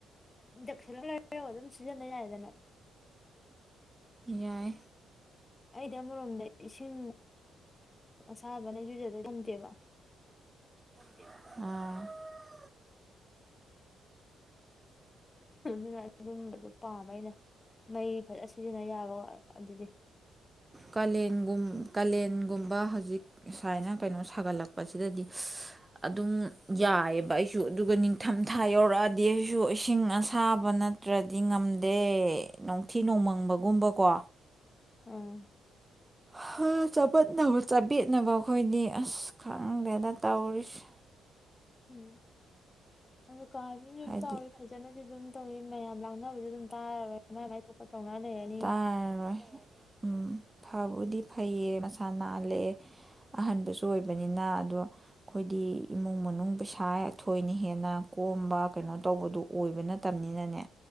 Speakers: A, on the left (about 25°); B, on the right (about 15°).
A: ꯗꯈꯤ <inaudible> ꯀꯣ ꯑꯗꯨꯝ ꯁꯤꯖꯤꯟꯅꯕ ꯌꯥꯏꯗꯅ
B: ꯌꯥꯏ
A: ꯑꯩꯗꯤ ꯑꯃꯔꯣꯝꯗ ꯏꯁꯤꯡ ꯑꯁꯥꯕꯅ ꯏꯔꯨꯖꯗ꯭ꯔꯗꯤ ꯉꯝꯗꯦꯕ
B: ꯑ
A: ꯑꯗꯨꯅ ꯑꯗꯨꯝꯕꯗꯣ ꯄꯥꯝꯕ ꯑꯩꯅ ꯃꯩ ꯐꯖꯁ ꯁꯤꯖꯤꯟꯅ ꯌꯥꯕ ꯑꯗꯨꯗꯤ
B: ꯀꯥꯂꯦꯟꯒꯨꯝ ꯀꯥꯂꯦꯟꯒꯨꯝꯕ ꯍꯧꯖꯤꯛ ꯁꯨꯃꯥꯏꯅ ꯀꯩꯅꯣ ꯁꯥꯒꯠꯂꯛꯄꯁꯤꯗꯗꯤ ꯑꯗꯨꯝ ꯌꯥꯏꯑꯕ ꯑꯩꯁꯨ ꯑꯗꯨꯒ ꯅꯤꯡꯊꯝꯊꯥ ꯌꯧꯔꯛꯑꯗꯤ ꯑꯩꯁꯨ ꯏꯁꯤꯡ ꯑꯁꯥꯕ ꯅꯠꯇ꯭ꯔꯗꯤ ꯉꯝꯗꯦ ꯅꯨꯡꯊꯤ ꯅꯣꯡꯃꯪꯕꯒꯨꯝꯕꯀꯣ
A: ꯎꯝ
B: ꯍꯥ ꯆꯕꯠꯅꯕ ꯆꯕꯦꯠꯅꯕ ꯑꯈꯣ ꯑꯩꯈꯣꯏꯗꯤ ꯑꯁ ꯈꯪꯗꯦꯅ ꯇꯧꯔꯤꯁ
A: ꯎꯝ ꯑꯗ ꯀꯥꯗꯨꯁꯨ
B: ꯍꯥꯏꯗꯤ
A: ꯌꯥꯝ ꯆꯥꯎꯋꯤ ꯐꯖꯅꯗꯤ ꯑꯗꯨꯝ ꯇꯧꯏ ꯃꯌꯥꯝ ꯂꯥꯡꯅꯕꯗꯤ ꯑꯗꯨꯝ ꯇꯥꯔꯔꯣꯏ ꯇꯧꯅ ꯂꯩꯔꯅꯤ
B: ꯇꯔꯔꯣꯏ ꯎꯝ ꯐꯕꯨꯗꯤ ꯐꯩꯌꯦ ꯃꯁꯥ ꯅꯥꯜꯦ ꯑꯍꯟꯕꯁꯨ ꯑꯣꯏꯕꯅꯤꯅ ꯑꯗꯣ ꯑꯩꯈꯣꯏꯗꯤ ꯏꯃꯨꯡ ꯃꯅꯨꯡ ꯄꯩꯁꯥ ꯊꯣꯏꯅ ꯍꯦꯟꯅ ꯀꯣꯝꯕ ꯀꯩꯅꯣ ꯇꯧꯕꯗꯣ ꯑꯣꯏꯕ ꯅꯠꯇꯕꯅꯤꯅꯅꯦ